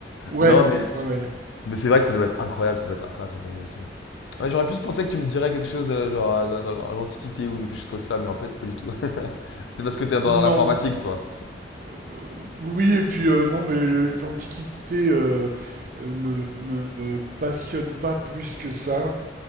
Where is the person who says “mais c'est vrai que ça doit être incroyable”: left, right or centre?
Left